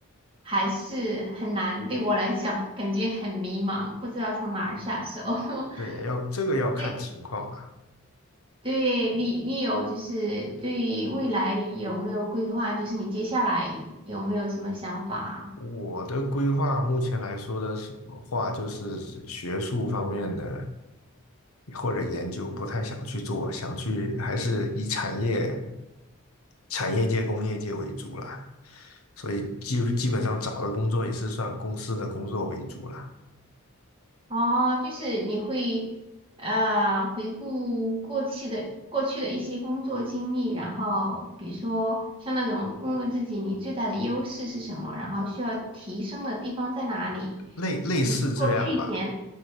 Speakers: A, on the right (about 25°); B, on the left (about 85°).
A: 还是很难，对我来讲感觉很迷茫，不知道从哪儿下手。<laughs>
B: 对，要这个要看情况啊。
A: 对对你，你有就是对未来有没有规划？就是你接下来有没有什么想法啊
B: 我的规划目前来说的是话，就是学术方面的或者研究不太想去做，想去还是以产业产业界、工业界为主啦。所以基基本上找的工作也是算公司的工作为主啦，
A: 哦，就是你会呃回顾过去的过去的一些工作经历，然后比如说像那种问问自己你最大的优势是什么，然后需要提升的地方在哪里？
B: 类类似这样吧。
A: 你过去一年